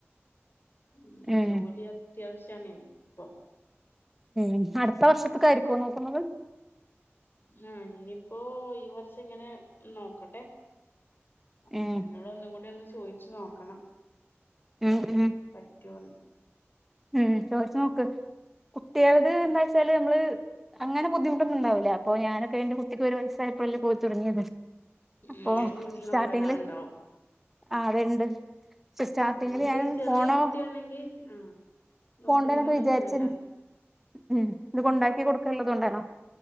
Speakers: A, on the left; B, in the centre.
A: ഉ
B: ഉം
A: ജോലി അത്യാവശ്യണ ഇപ്പൊ.
B: ഉം അടുത്ത വർഷത്തക്കായിരിക്കുവോ നോക്കുന്നത്.
A: ആഹ ഇനിയിപ്പോൊ ഈ വർഷാ ഇങ്ങനെ നോക്കട്ടെ ഹസ്ബൻറിനോട്
B: ഉം
A: ഒന്ന കൂടി ഒന്ന് ചോയിിച്ചു നോക്കണം
B: ഉം ഉം
A: പറ്റൊന്ന്.
B: ഉം ചോദിച്ച നോക്ക് കുട്ടികളത് എന്താ വച്ചാല് നമ്മള് അങ്ങന ബുദ്ധിമുട്ടൊന്നുണ്ടാവില്ല അപ്പോ ഞാനൊക്കെന്റെ കുട്ടക്ക് ഒരു വയസ്സ് സപ്പുില് പോയി തുടങ്ങിയത്
A: ഉം
B: അപ്പൊ
A: ങ്ങക്ക് വീട്ടിൽ
B: സ്റ്റാർട്ടിങ്ങില്
A: നോക്കാൻ ആളുണ്ടാവും
B: ആ രണ്ട് സിസ്റ്റ പിന്നീട്
A: അയിന്റെ
B: ഞൻ
A: ചെറിയ
B: പോണോ
A: കുട്ടിയാണെങ്കി ആ നോക്കണേന്
B: പോണ്ടെന്നൊക്കെ
A: പ്രശ്നല്ല
B: വിചാരിച്ചിരുന്നു. ഉം ഇത് കൊണ്ടാക്കി കൊടുക്കള്ളത്ുക കൊണ്ടാണോ.